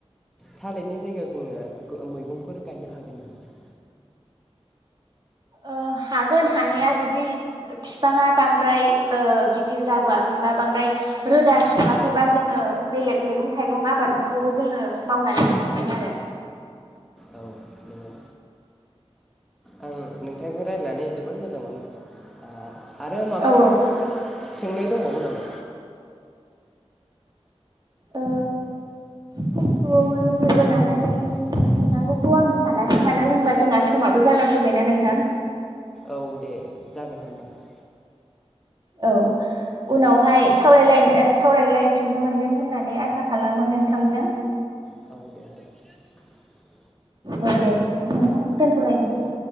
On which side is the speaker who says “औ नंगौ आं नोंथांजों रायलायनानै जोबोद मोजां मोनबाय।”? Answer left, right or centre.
Centre